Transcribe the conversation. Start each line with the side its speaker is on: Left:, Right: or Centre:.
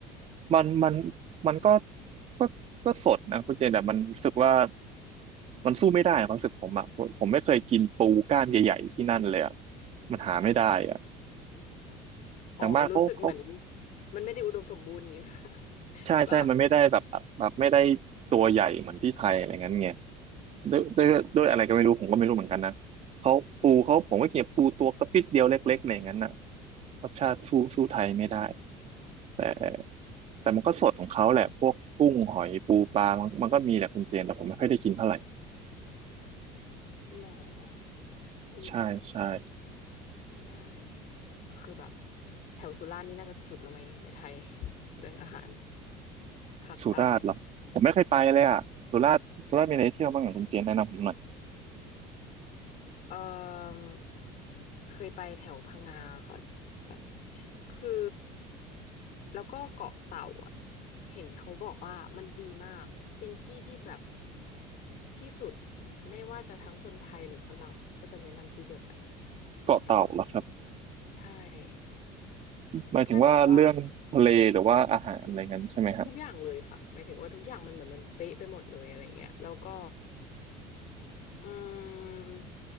Right: มันมันมันก็ก็ก็สดนะคุณเจนแต่มันรู้สึกว่ามันสู้ไม่ได้ความรู้สึกผมอะผมผมไม่เคยกินปูกล้ามใหญ่ๆที่นั่นเลยอะมันหาไม่ได้อะ
Left: อ๋อรู้สึกเหมือน
Right: อย่างมากเขาเขา
Left: มันไม่ได้อุดมสมบูรณ์อย่างงี้ <laughs> ไหมคะ
Right: ใช่ใช่มันไม่ได้แบบแบบไม่ได้
Left: หรือเปล่า
Right: ตัวใหญ่เหมือนที่ไทยอะไรเง้ยไงด้วยด้วยด้วยอะไรก็ไม่รู้ผมก็ไม่รู้เหมือนกันนะเขาปูเขาผมก็กินปูตัวกระปิดเดียวเล็กๆอะไรอย่างนั้นน่ะรสชาติสู้สู้ไทยไม่ได้แต่ แต่มันก็สดของเขาแหละพวกกุ้งหอยปูปลามันมันก็มีแหละคุณเจนแต่ผมไม่ค่อยได้กินเท่าไหร่
Left: หรอโอเค
Right: ใช่ใช่
Left: ไม่ได้ ก็คือแบบแถวสุราษฎร์นี่น่าจะสุดแล้วไหมในไทย <laughs> เรื่องอาหารภาคใต้
Right: สุราษฎร์เหรอผมไม่เคยไปเลยอ่ะสุราษฎร์สุราษฎร์มีอะไรเที่ยวบ้างอ่ะคุณเจนแนะนำผมหน่อย
Left: เอ่อเคยไปแถวพังงาค่ะแบบคือแล้วก็เกาะเต่าอ่ะเห็นเขาบอกว่ามันดีมากเป็นที่ที่แบบที่สุดไม่ว่าจะทั้งคนไทยหรือฝรั่งก็จะแนะนำที่เดียวกัน
Right: เกาะเต่าเหรอครับ
Left: เกาะเต่าใช่
Right: หมายถึงว่าเรื่องทะเลหรือว่าอาหารอะไรงั้นใช่ไหมฮะ
Left: เพื่อนบอกว่า ทุกอย่างเลยค่ะหมายถึงว่าทุกอย่างมันเหมือนมันเป๊ะไปหมดเลยอะไรเงี้ยแล้วก็อืม